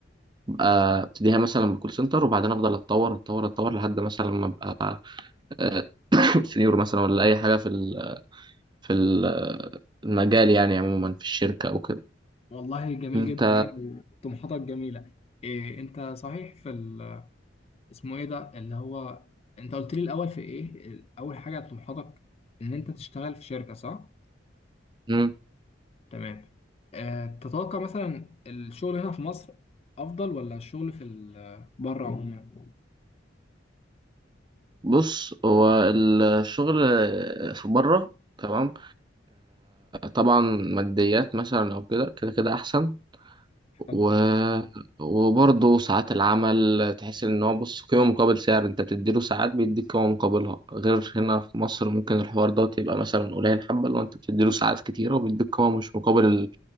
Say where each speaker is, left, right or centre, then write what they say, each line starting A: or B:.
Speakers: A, on the right; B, on the left.
A: أبقى أبتديها مثلا بكول سنتر وبعدين أفضل أتطور أتطور أتطور لحد مثلا ما أبقى آه، <coughs> <clears throat> سنيور مثلا ولا اي حاجه في ال- في ال- المجال يعني عموما في الشركه او كده
B: والله جميل
A: انت
B: جدا يعني طموحاتك جميلة إيه انت صحيح في ال- اسمه ايه ده اللي هو انت قلت لي الاول في ايه ال- اول حاجة طموحاتك ان انت تشتغل في شركة صح
A: مم.
B: تمام آه تتوقع مثلا الشغل هنا في مصر افضل ولا الشغل في ال- بره عموما
A: بص هو الشغل آه، في بره تمام طبعا ماديات مثلا او كده كده كده احسن
B: حلو.
A: و... وبرضه ساعات العمل تحس ان هو بص قيمه مقابل سعر انت بتديله ساعات بيديك قيمه مقابلها غير هنا في مصر ممكن الحوار دوت يبقى مثلا قليل حبه لو انت بتديله ساعات كتيره وبيديك قيمه مش مقابل ال...